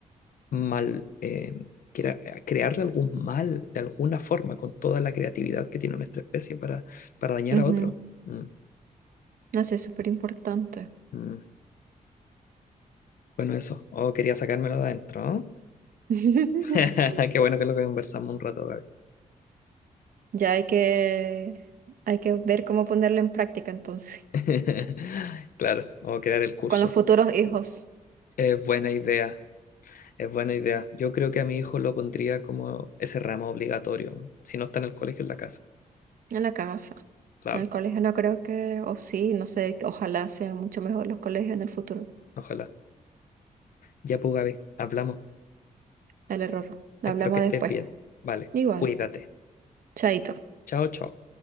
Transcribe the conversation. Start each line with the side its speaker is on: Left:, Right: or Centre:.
Left: mal, eh, crea- crearle algún mal de alguna forma con toda la creatividad que tiene nuestra especie para, para dañar
Right: ujú.
Left: a otro. Mm,
Right: No sé, es súper importante.
Left: mm. Bueno, eso. Oh, quería sacármelo de adentro, ¿no?
Right: <laughs>
Left: <laughs> Qué bueno que lo conversamos un rato, Gaby.
Right: Ya hay que, hay que ver cómo ponerlo en práctica entonces,
Left: <laughs> Claro, o crear el curso.
Right: con los futuros hijos
Left: Es buena idea, es buena idea. Yo creo que a mi hijo lo pondría como ese ramo obligatorio, si no está en el colegio, en la casa.
Right: en la casa.
Left: Claro,
Right: En el colegio no creo que, o sí, no sé, ojalá sean mucho mejor los colegios en el futuro.
Left: ojalá. Ya pues, Gaby, hablamos.
Right: El error. Lo
Left: Espero
Right: hablamos
Left: que estés
Right: después.
Left: bien. Vale,
Right: Igual,
Left: cuídate.
Right: chaito.
Left: Chao, chao.